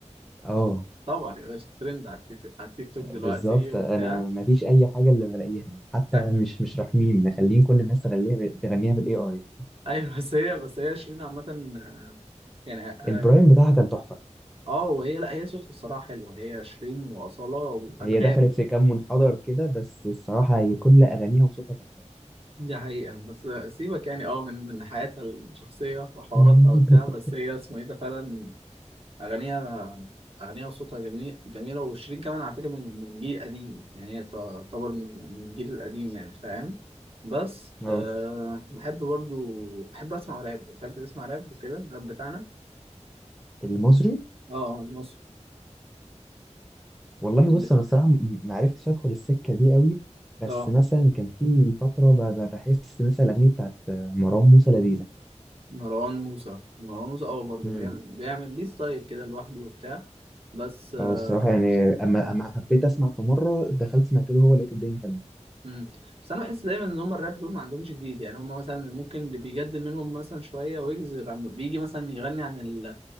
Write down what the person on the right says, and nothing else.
طبعا يا باشا ترند على التيك على التيك توك دلوقتي
وبتاع
آه،
أيوه <laughs> بس هي بس هي شيرين عامة آه، يعني اه
آه، وهي لا هي صوتها الصراحة حلو هي شيرين وأصالة وأنغام
دي حقيقة بس سيبك يعني اه من من حياتها الشخصية وحواراتها
وبتاع بس هي اسمه ايه ده فعلا أغانيها أغانيها وصوتها جميل جميلة وشيرين كمان على فكرة من من جيل قديم يعني هي تعتبر من من الجيل القديم يعني فاهم بس
أه بحب برضو بحب أسمع راب بتحب تسمع راب وكده الراب بتاعنا
اه المصري
اللي-
اه
مروان موسى مروان موسى اه برضه
بيعمل, بيعمل ليه ستايل كده لوحده وبتاع بس آه،
مم. بس انا بحس دايما ان هم الراب دول ما عندهمش جديد يعني هم مثلا ممكن اللي بيجدد منهم مثلا شويه ويجز عم- بيجي مثلا يغني عن ال